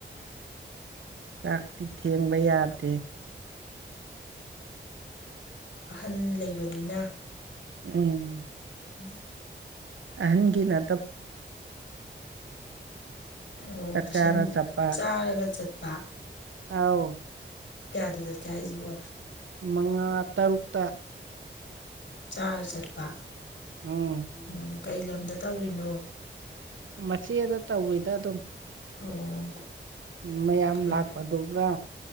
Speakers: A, on the right; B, on the left.
A: ꯆꯥꯛꯇꯤ ꯊꯦꯡꯕ ꯌꯥꯗꯦ
B: ꯑꯍꯟ ꯂꯩꯕꯅꯤꯅ
A: ꯎꯝ
B: ꯎꯝ
A: ꯑꯍꯒꯤ ꯅ
B: ꯑꯣ
A: ꯆꯥꯛꯆꯥꯔ
B: ꯇꯨꯏꯁꯟ
A: ꯆꯠꯄ
B: ꯆꯥꯔꯒ ꯆꯠꯄ ꯑ
A: ꯑꯥꯎ
B: ꯑꯗꯨꯗꯤ ꯍꯥꯏꯁꯤꯕꯣ
A: ꯃꯉꯥ ꯇꯔꯨꯛꯇ
B: ꯆꯥꯔ ꯆꯠꯄ
A: ꯎꯝ
B: ꯎꯝ ꯀꯩ ꯂꯝꯗ ꯇꯧꯔꯤꯅꯣ
A: ꯃꯆꯦꯗ ꯇꯧꯋꯤꯗ ꯑꯗꯨꯝ
B: ꯑꯣ
A: ꯃꯌꯥꯝ
B: ꯐꯩ
A: ꯂꯥꯛꯄ
B: ꯐꯩ
A: ꯑꯗꯨꯒ